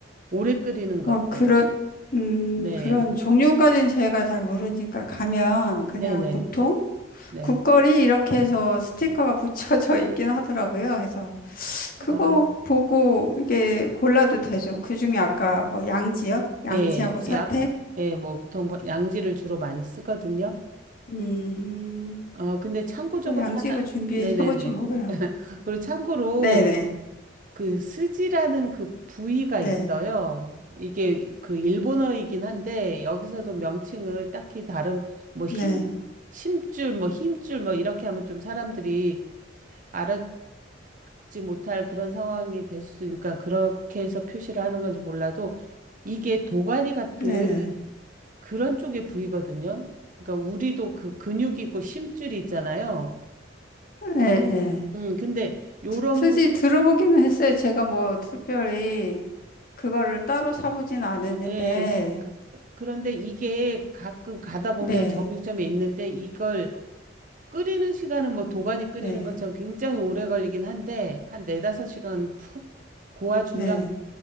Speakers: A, on the right; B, on the left.
A: 오래 끓이는 것들.
B: 뭐 그런 음
A: 네.
B: 그런 종류까지는 저희가 잘 모르니까 가면 그냥
A: 네네.
B: 보통
A: 네.
B: 국거리 이렇게 해서 스티커가 <laughs> 붙여져 있긴 하더라고요. 그래서 그거
A: 어,
B: 보고 이게 골라도 되죠. 그중에 아까 뭐 양지요? 양지하고
A: 예,
B: 사태?
A: 양, 예, 뭐, 보통 뭐 양지를 주로 많이 쓰거든요.
B: 음,
A: 어, 근데 참고적으로
B: 뭐 양지로
A: 하나,
B: 준비해보죠
A: 네네네.
B: <laughs> 뭐 그럼.
A: <laughs> 그리고 참고로
B: 네, 네,
A: 그 스지라는 그 부위가
B: 네,
A: 있어요. 이게 그 일본어이긴 한데, 여기서도 명칭을 딱히 다른, 뭐, 힘,
B: 네,
A: 심줄, 뭐, 힘줄, 뭐, 이렇게 하면 좀 사람들이 알아, 지 못할 그런 상황이 될 수 있으니까 그렇게 해서 표시를 하는 건지 몰라도 이게 도가니 같은
B: 네,
A: 그런 쪽의 부위거든요. 그러니까 우리도 그 근육이 있고 심줄이 있잖아요.
B: 네, 네, 네.
A: 음, 근데 요런
B: 수지
A: 부,
B: 들어보기는 했어요. 제가 뭐 특별히 그거를 따로 사보진 않았는데,
A: 에, 그런데 이게 가끔 가다 보면
B: 네,
A: 정육점에 있는데 이걸 끓이는 시간은 뭐 도가니 끓이는
B: 네,
A: 것처럼 굉장히 오래 걸리긴 한데 한 네다섯 시간 푹 고아주면
B: 네.